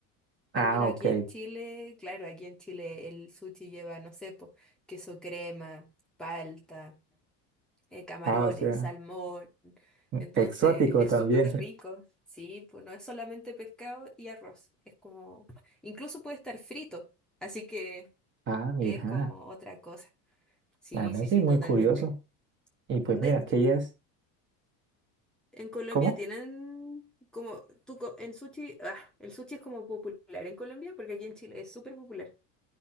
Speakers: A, on the right (about 30°); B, in the centre.
A: Ah,
B: Al menos
A: ok.
B: aquí en Chile, claro, aquí en Chile el sushi lleva, no sé, po, queso crema, palta eh, camarones,
A: Ah, o sea.
B: salmón. Entonces
A: Exótico
B: es
A: también.
B: súper rico, sí, pues no es solamente pescado y arroz, es como, incluso puede estar frito, así que
A: Ah, mira,
B: es como otra cosa. Sí,
A: la verdad
B: sí,
A: sí
B: sí,
A: es muy
B: totalmente.
A: curioso. Y pues
B: De-
A: mira,
B: de-
A: que ella es,
B: en Colombia
A: ¿cómo?
B: tienen como, tú, co- en sushi, ah, el sushi es como popular en Colombia, porque aquí en Chile es súper popular.